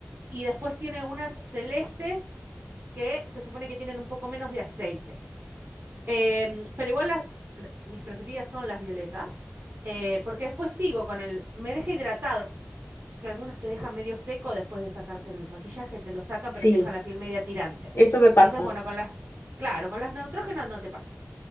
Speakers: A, on the right; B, on the left.
A: y después tiene unas celestes que se supone que tienen un poco menos de aceite. Em, pero igual las, l- mis preferidas son las violetas eh, porque después sigo con el, me deja hidratado que algunos te dejan medio seco después de sacarte el maquillaje, te lo sacan,
B: sí,
A: pero te dejan la piel media tirante.
B: eso me pasa.
A: Entonces, bueno, con las, claro, con las neutrógenas no te pasa.